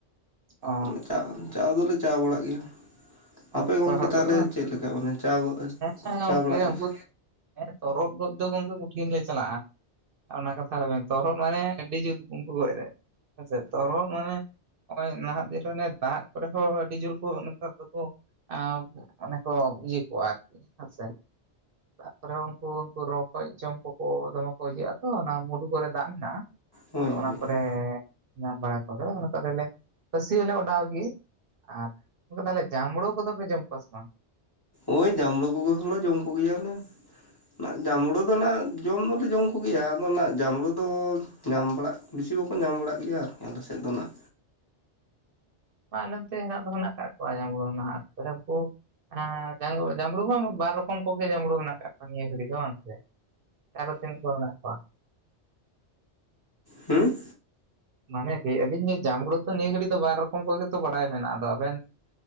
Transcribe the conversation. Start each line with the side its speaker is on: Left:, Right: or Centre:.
Right: ᱚ
Left: ᱚᱱᱮ ᱚᱱᱠᱟ ᱪᱟᱞᱟᱣ ᱫᱚᱞᱮ ᱪᱟᱞᱟᱣ ᱵᱟᱲᱟᱜ ᱜᱮᱭᱟ
Right: ᱚ
Left: ᱟᱯᱮ ᱜᱚᱝᱠᱮ
Right: ᱛᱚᱨᱦᱚᱫ
Left: ᱛᱟᱦᱚᱞᱮ
Right: ᱜᱚᱡ ᱵᱟᱝ
Left: ᱪᱮᱫᱞᱮᱠᱟ ᱢᱟᱱᱮ ᱪᱟᱞᱟᱣ
Right: ᱦᱮᱸ ᱜᱚᱝᱠᱮ
Left: ᱪᱟᱞᱟᱣ ᱵᱟᱲᱟᱜ ᱜᱮᱭᱟ
Right: ᱩᱱᱠᱩ
Left: ᱯᱮ
Right: ᱦᱮᱸ ᱛᱚᱨᱦᱚᱫ ᱜᱚᱡ ᱫᱚ ᱜᱚᱝᱠᱮ ᱠᱩᱴᱷᱤᱱ ᱞᱮ ᱪᱟᱞᱟᱜᱼᱟ ᱚᱱᱟ ᱠᱟᱛᱷᱟ ᱞᱟᱹᱭ ᱛᱚᱨᱦᱚᱫ ᱢᱟᱱᱮ ᱟᱹᱰᱤ ᱡᱩᱛ ᱩᱱᱠᱩ ᱜᱚᱡ ᱨᱮ ᱦᱮᱸᱥᱮ ᱛᱚᱨᱚᱦᱚᱫ ᱢᱟᱱᱮ ᱦᱚᱜ-ᱚᱭ ᱱᱟᱦᱟᱜ ᱫᱤᱱ ᱚᱱᱮ ᱫᱟᱜ ᱠᱚᱨᱮ ᱦᱚᱸ ᱟᱹᱰᱤ ᱡᱳᱨ ᱠᱚ ᱱᱮᱛᱟᱨ ᱫᱚᱠᱚ ᱚᱸ ᱚᱱᱮ ᱠᱚ ᱤᱭᱟᱹ ᱠᱚᱜᱼᱟ ᱟᱨᱠᱤ ᱦᱮᱸᱥᱮ ᱛᱟᱯᱚᱨᱮ ᱩᱱᱠᱩ ᱩᱱᱠᱩ ᱨᱚᱠᱚᱡ ᱡᱚᱢ ᱠᱚᱠᱚ ᱫᱚᱢᱮ ᱠᱚ ᱦᱤᱡᱩᱜᱼᱟ ᱛᱚ ᱚᱱᱟ ᱢᱩᱰᱩ ᱠᱚᱨᱮ ᱫᱟᱜ ᱢᱮᱱᱟᱜᱼᱟ
Left: ᱦᱳᱭ
Right: ᱚᱱᱟ
Left: ᱦᱳᱭ ᱦᱳᱭ
Right: ᱠᱚᱨᱮ ᱧᱟᱢ ᱵᱟᱲᱟ ᱠᱚᱜᱮ ᱚᱱᱟ ᱠᱚᱨᱮ ᱞᱮ ᱯᱟᱹᱥᱤ ᱦᱚᱸᱞᱮ ᱚᱰᱟᱣ ᱜᱮ ᱟᱨ ᱛᱟᱦᱚᱞᱮ ᱡᱟᱢᱵᱲᱳ ᱠᱚᱫᱚᱯᱮ ᱡᱚᱢ ᱠᱚᱣᱟ ᱥᱮ ᱵᱟᱝ?
Left: ᱳᱭ ᱡᱟᱢᱲᱩ ᱠᱚᱜᱮ ᱦᱞᱮ ᱡᱚᱢ ᱠᱚ ᱜᱮᱭᱟ ᱞᱮ ᱱᱟᱜ ᱡᱟᱸᱵᱽᱩᱲᱩ ᱫᱚ ᱱᱟᱜ ᱡᱚᱢ ᱫᱚᱞᱮ ᱡᱚᱢ ᱠᱚᱜᱮᱭᱟ ᱟᱫᱚ ᱱᱟᱜ ᱡᱟᱸᱵᱽᱲᱩ ᱫᱚ ᱧᱟᱢ ᱵᱟᱲᱟᱜ ᱵᱤᱥᱤ ᱵᱟᱠᱚ ᱧᱟᱢ ᱵᱟᱲᱟᱜ ᱜᱮᱭᱟ ᱟᱨᱠᱤ ᱟᱞᱮᱥᱮᱫ ᱫᱚ ᱱᱟᱜ
Right: ᱟᱨ ᱱᱚᱛᱮ ᱦᱮᱱᱟᱜ ᱫᱚ ᱦᱮᱱᱟᱜ ᱠᱟᱫ ᱠᱚᱣᱟ ᱡᱟᱸᱵᱽᱲᱩ ᱦᱚᱸ ᱱᱟᱦᱟᱜ <unintelligible> ᱮ ᱡᱟᱸᱜᱲᱩ ᱡᱟᱸᱵᱽᱲᱩ ᱦᱚᱸ ᱵᱟᱨ ᱨᱚᱠᱚᱢ ᱠᱚᱜᱮ ᱡᱟᱸᱵᱽᱲᱩ ᱢᱮᱱᱟᱜ ᱠᱟᱜ ᱠᱚᱣᱟ ᱱᱤᱭᱟᱹ ᱜᱷᱟᱹᱲᱤ ᱫᱚ ᱵᱟᱝ ᱥᱮ ᱟᱨᱚ ᱛᱤᱱᱟᱹᱜ ᱠᱚ ᱢᱮᱱᱟᱜ ᱠᱚᱣᱟ
Left: ᱦᱩᱸ
Right: ᱢᱟᱱᱮ ᱪᱮᱫ ᱟᱹᱞᱤᱧ ᱫᱚ ᱡᱟᱢᱲᱳ ᱫᱚ ᱱᱤᱭᱟᱹ ᱜᱷᱟᱹᱲᱤᱡ ᱫᱚ ᱵᱟᱨ ᱨᱚᱠᱚᱢ ᱠᱚᱜᱮ ᱛᱚ ᱵᱟᱲᱟᱭ ᱢᱮᱱᱟᱜᱼᱟ ᱟᱫᱚ ᱟᱵᱮᱱ